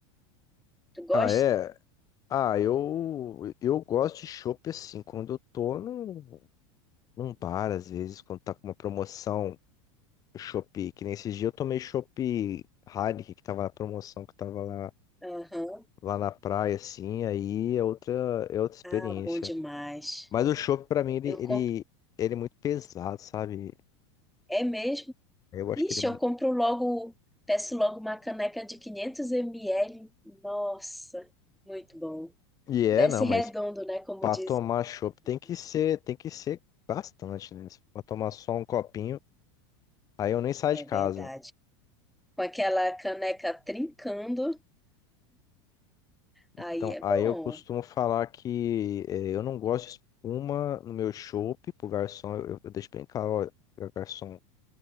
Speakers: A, in the centre; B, on the left.
A: Tu gosta?
B: ah, é. Ah, eu, eu gosto de chopp assim, quando eu tô num, num bar, às vezes, quando tá com uma promoção, chopp, que nesse dia eu tomei chopp Heineken, que tava na promoção, que tava lá,
A: Aham.
B: lá na praia, assim, aí é outra, é outra experiência.
A: Ah, bom demais.
B: Mas o chopp, pra mim, ele,
A: Eu
B: ele,
A: compro.
B: ele é muito pesado, sabe?
A: É mesmo?
B: Eu acho
A: Ixi,
B: que ele. é mu-
A: eu compro logo, peço logo uma caneca de 500 ml. Nossa, muito bom.
B: E é,
A: Desce
B: não,
A: redondo,
B: mas
A: né? Como
B: pra
A: diz.
B: tomar chopp tem que ser, tem que ser bastante, né? Se for tomar só um copinho, aí eu nem saio
A: É
B: de casa.
A: verdade. Com aquela caneca trincando, aí
B: Então,
A: é
B: aí
A: bom.
B: eu costumo falar que eh, eu não gosto de espuma no meu chopp, pro garçom, eu, eu deixo bem claro, olha, garçom,